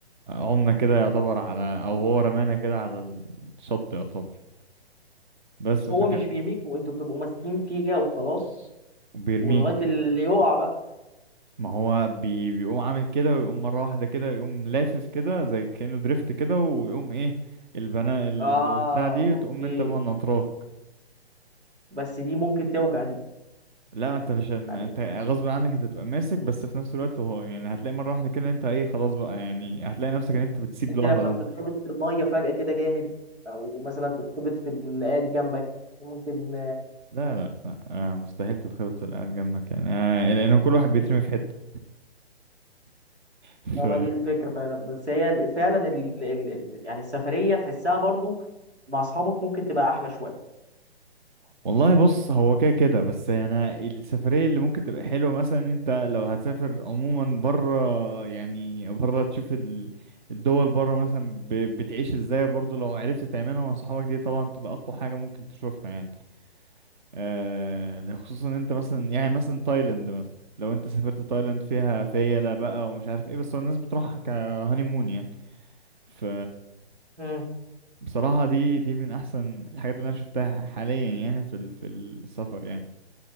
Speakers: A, on the right; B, on the right.
A: عمنا كده يعتبر على او هو رمانا كده على الشط يعتبر بس
B: بس
A: فكانت
B: هو مش بيرميك وانتوا بتبقوا ماسكين فيها وخلاص
A: وبيرميك
B: ولغايه اللي يقع بقى
A: ما هو بي... بيقوم عامل كده ويقوم مرة واحدة كده يقوم لافف كده زي كأنه دريفت كده ويقوم ايه البنا ال-
B: اه
A: البتاع دي
B: اوكي
A: تقوم انت ما نطراك
B: بس دي ممكن توجع دي
A: لا انت مش م-
B: يعني
A: انت غصب عنك انت تبقى ماسك بس في نفس الوقت هو يعني هتلاقي مرة واحدة كده انت ايه خلاص بقى يعني هتلاقي نفسك ان انت بتسيب
B: قصدي
A: لوحدة
B: لما
A: غصب
B: بتتخبط في الميه فجاه كده جامد او مثلا تتخبط في اللي قاعد جنبك ممكن
A: لا لا, لا. آه مستحيل تتخبط في القعدة جنبك يعني آه لأن كل واحد بيترمي في حتة <laughs>
B: اه
A: ف
B: ما دي الفكرة فعلا بس هي فعلا ال... ال... ال- يعني السفرية تحسها برضو مع أصحابك ممكن تبقى أحلى شوية
A: والله بص هو كده كده بس انا السفريه اللي ممكن تبقى حلوه مثلا إن انت لو هتسافر عموما بره يعني بره تشوف ال- الدول بره مثلا ب- بتعيش ازاي برضو لو عرفت تعملها مع صحابك دي طبعا تبقى اقوى حاجه ممكن تشوفها يعني آه خصوصا ان انت مثلا يعني مثلا تايلاند مثلا لو انت سافرت تايلاند فيها فيلا بقى ومش عارف ايه بس هو الناس بتروحها كهانيمون يعني ف
B: امم
A: بصراحه دي دي من احسن الحاجات اللي انا شفتها حاليا يعني في ال- في السفر يعني